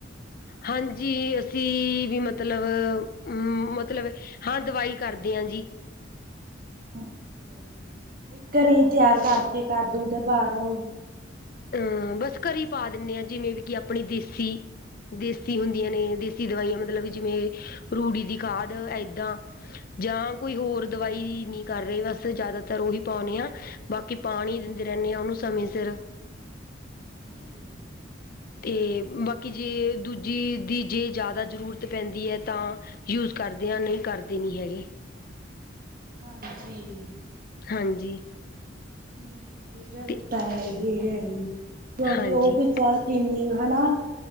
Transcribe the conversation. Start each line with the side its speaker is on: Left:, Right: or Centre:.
Left: ਹਾਂਜੀ ਅਸੀਂ ਵੀ ਮਤਲਬ ਅ ਮਤਲਬ ਹਾਂ ਦਵਾਈ ਕਰਦੇ ਆ ਜੀ।
Right: ਅੱਛਾ ਜੀ, ਨਈ ਘਰੇ ਤਿਆਰ ਕਰਕੇ ਕਰਦੇ ਕੇ ਬਾਹਰੋਂ ਈ
Left: ਅਹ ਬੱਸ ਘਰੇ ਪਾ ਦਿੰਨੇ ਆ, ਜਿਵੇਂ ਵੀ ਕਿ ਆਪਣੀ ਦੇਸੀ ਦੇਸੀ ਹੁੰਦੀਆਂ ਨੇ ਦੇਸੀ ਦਵਾਈਆਂ ਮਤਲਬ ਜਿਵੇਂ ਰੂੜੀ ਦੀ ਖਾਦ ਏਦਾਂ ਜਾਂ ਕੋਈ ਹੋਰ ਦਵਾਈ ਨੀ ਕਰ ਰੇ, ਅਸੀਂ ਜ਼ਿਆਦਾਤਰ ਉਹੀ ਪਾਉਂਨੇ ਆਂ ਬਾਕੀ ਪਾਨੀ ਦਿੰਦੇ ਰਹਿੰਨੇ ਆ, ਓਨੂੰ ਸਮੇਂ ਸਿਰ
Right: ਹੁ।
Left: ਤੇ ਬਾਕੀ ਜੇ ਦੂਜੀ ਦੀ ਜੇ ਜੈਦਾ ਜ਼ਰੂਰਤ ਪੈਂਦੀ ਏ ਤਾਂ ਯੂਜ ਕਾਰਦੇ ਆ ਨਹੀਂ ਕਾਰਦੇ ਨੀ ਹੈਗੇ
Right: ਹਾਂਜੀ।
Left: ਹਾਂਜੀ।
Right: ਇਹ ਗੱਲ
Left: ਅਤੇ
Right: ਤਾਂ ਹੈਗੀ ਹੈਗੀ ਕਿਉਂਕਿ
Left: ਹਾਂਜੀ
Right: ਉਹ ਵੀ ਕਿੰਨੀ ਹਨਾ